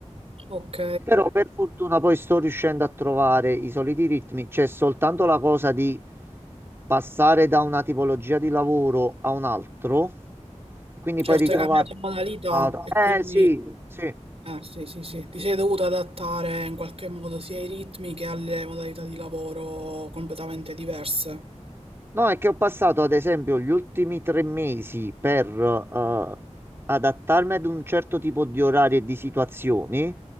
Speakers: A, on the right; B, on the right.
A: ok.
B: Però per fortuna poi sto riuscendo a trovare i soliti ritmi, c'è soltanto la cosa di passare da una tipologia di lavoro a un altro, e quindi poi
A: Certo,
B: Certo.
A: hai
B: ritrovarti.
A: cambiato modalità e
B: Eh
A: quindi
B: sì, sì.
A: eh, sì, sì, sì, ti sei dovuta adattare in qualche modo sia ai ritmi che alle modalità di lavoro completamente diverse.
B: No, è che ho passato ad esempio gli ultimi tre mesi per eh, adattarmi ad un certo tipo di orari e di situazioni.